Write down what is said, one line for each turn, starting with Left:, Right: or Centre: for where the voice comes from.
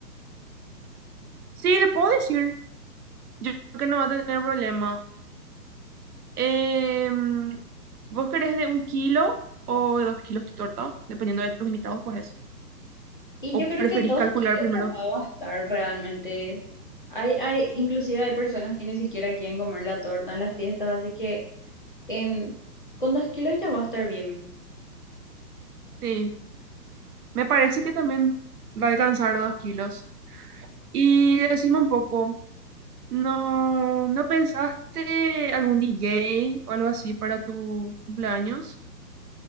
Right: sí, le puedo decir. Yo creo que no va a tener problema. Em, ¿vos querés de un kilo o de dos kilos tu torta? Dependiendo de tus invitados, pues es.
Left: Y yo
Right: ¿O
Left: creo
Right: preferís
Left: que dos
Right: calcular
Left: kilos
Right: primero?
Left: te va a bastar realmente. Hay, hay, inclusive hay personas que ni siquiera quieren comer la torta en las fiestas, así que em, con dos kilos ya va a estar bien.
Right: Sí, me parece que también va a alcanzar dos kilos. Y decime un poco. ¿No, no pensaste algún DJ o algo así para tu cumpleaños?